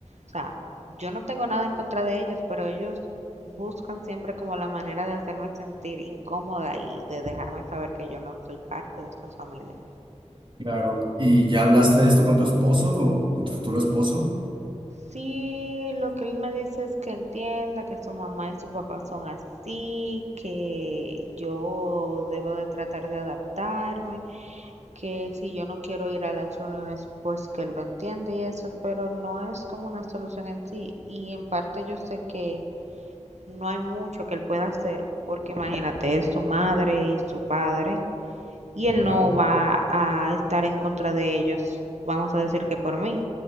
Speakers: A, on the right; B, on the right.
A: O sea, yo no tengo nada en contra de ellos, pero ellos buscan siempre como la manera de hacerme sentir incómoda y de dejarme saber que yo no soy parte de esta familia.
B: Claro. ¿Y ya hablaste de esto con tu esposo o con tu futuro esposo?
A: Sí, lo que él me dice es que entienda que su mamá y su papá son así, que yo debo de tratar de adaptarme, que si yo no quiero ir a las reuniones, pues que él lo entiende y eso, pero no es como una solución en sí. Y en parte yo sé que No hay mucho que él pueda hacer porque imagínate, es su madre y su padre y él
B: Claro,
A: no va a estar en contra de ellos, vamos a decir que por mí,